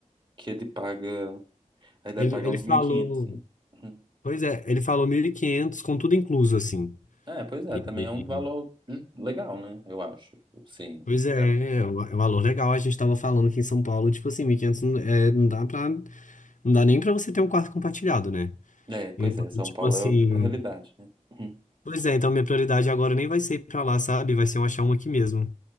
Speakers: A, on the right (about 35°); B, on the left (about 75°).
A: que ele paga, aí deve
B: Ele,
A: pagar
B: ele
A: uns
B: falou,
A: 1.500, né? Hum.
B: pois é, ele falou mil e quinhentos com tudo incluso, assim.
A: É, pois é,
B: E-
A: também
B: e-
A: é um valor ju- legal, né? Eu acho. Sim.
B: pois é,
A: É,
B: é um é um valor legal. A gente tava falando aqui em São Paulo, tipo assim, 1.500 não, é, não dá pra, não dá nem pra você ter um quarto compartilhado, né?
A: É, pois
B: Então,
A: é, São
B: tipo
A: Paulo
B: assim,
A: é outra realidade, né? Hum.
B: pois é, então minha prioridade agora nem vai ser ir pra lá, sabe? Vai ser eu achar um aqui mesmo.